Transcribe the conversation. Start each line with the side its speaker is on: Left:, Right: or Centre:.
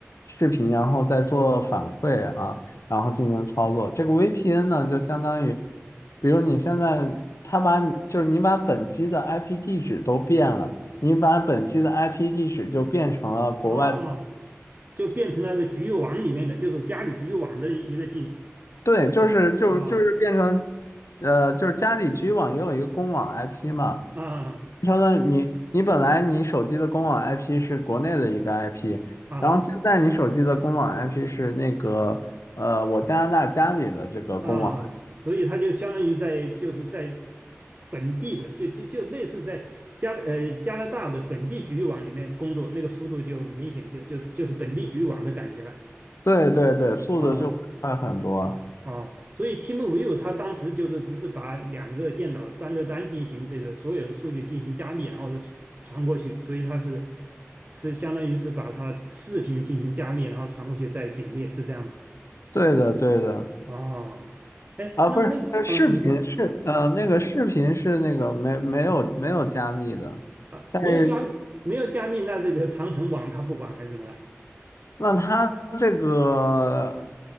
Left: 视频，然后再做反馈啊，然后进行操作。这个 VPN 呢，就相当于，比如你现在他把你就是你把本机的 IP 地址都变了，你把本机的 IP 地址就变成了国外。
Right: 哦，就变成了这局域网里面的，就是家里局域网的一个地址
Left: 对，就是就就是变成，
Right: 啊
Left: 呃，就是家里局域网也有一个公网 IP 嘛，
Right: 啊
Left: 变成了你你本来你手机的公网 IP 是国内的一个 IP，
Right: 啊
Left: 然后现在你手机的公网 IP 是那个呃我加拿大家里的这个公网，
Right: 啊，所以他就相当于在就是在本地的，就就就类似在加呃加拿大的本地局域网里面工作，那个速度就明显就就是就是本地局域网的感觉了。
Left: 对对对，速度就会快很多，
Right: 哦哦，所以 TeamViewer 它当时就是只是把两个电脑端对端进行这个所有的数据进行加密，然后是传过去，所以它是是相当于是把它视频进行加密，然后传过去再解密，是这样吗？
Left: 对的对的，
Right: 哦，哎，
Left: 啊不是，
Right: 那那啊，
Left: 呃视频是呃那个视频是那个没没有没有加密的。
Right: 你说。啊。啊啊，
Left: 但是。
Right: 没有加没有加密，那这个长城网它不管还是怎么了？
Left: 那他这个，